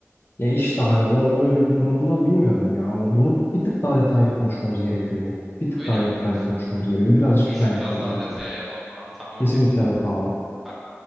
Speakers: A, on the left; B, in the centre.
A: Ya işte hani o öyle bir durumda bilmiyorum ya ama bunu bir tık daha detaylı konuşmamız gerekiyor. Bir tık
B: Öyle
A: daha
B: mi
A: detaylı
B: diyorsun?
A: konuşmamız gerekiyor. Birazcık
B: Bunu bu işi
A: plan yapalım
B: biraz daha
A: da
B: detaya yapalım abi. Tamam
A: Kesinlikle
B: okey.
A: evet abi.
B: Tamam.